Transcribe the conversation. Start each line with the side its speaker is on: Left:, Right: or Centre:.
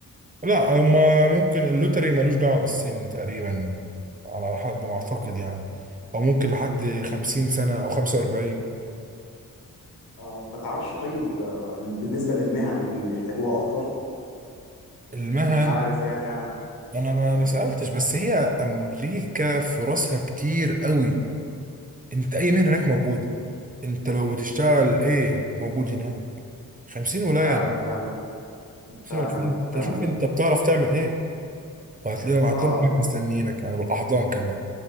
Right: لا هما ممكن اللوتري ملوش دعوة بالسن تقريبا على حد ما أعتقد يعني أو ممكن لحد خمسين سنة أو خمسة وأربعين
Left: آه ما تعرفش طيب آه، بالنسبة للمهن اللي بيحتاجوها أكتر
Right: المهن
Left: أنت عارف يعني آه،
Right: أنا ما
Left: مم.
Right: ما سألتش بس هي أمريكا فرصها كتير قوي أنت أي مهنة هناك موجودة أنت لو بتشتغل إيه موجود هناك خمسين ولاية
Left: فعلا
Right: يعني
Left: فعلا
Right: خمسين
Left: فعلا
Right: وعشرين
Left: فعلا
Right: أنت شوف أنت بتعرف تعمل إيه وهتلاقيهم هتلاقيهم
Left: آه
Right: هناك مستنيينك يعني بالاحضان كمان